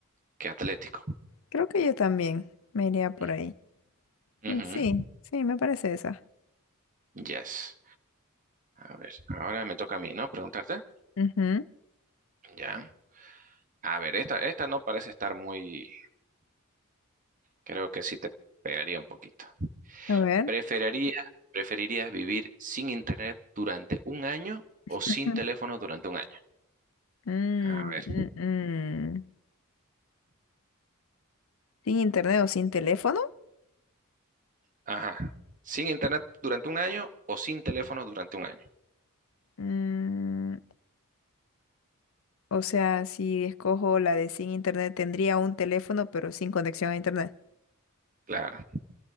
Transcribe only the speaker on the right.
que atlético.
Mm.
Ujú.
Yes. A ver, ahora me toca a mí, ¿no? Preguntarte.
Ya. A ver, esta, esta no parece estar muy... Creo que sí te pegaría un poquito.
¿Preferiría, preferirías vivir sin internet durante un año o sin
teléfono durante un año?
A ver.
Ajá. ¿Sin internet durante un año o sin teléfono durante un año?
Claro. <gasps>